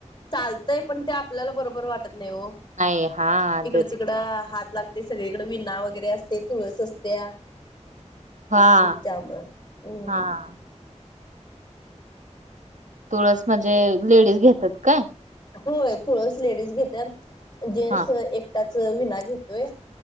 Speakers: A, on the left; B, on the right.
A: चालतंय पण ते आपल्याला बरोबर वाटत नाही हो
B: नाही हा
A: इकडं
B: तेच
A: तिकडं
B: की.
A: हात लाग ते सगळीकडे विना वगैरे असते तुळस असतेया.
B: हा.
A: त्याम हम्म.
B: हा तुळस म्हणजे लेडीज घेतात काय?
A: होय तुळस लेडीज घेत्यात जेंन्टस
B: हा
A: एकटाच विना घेतोय.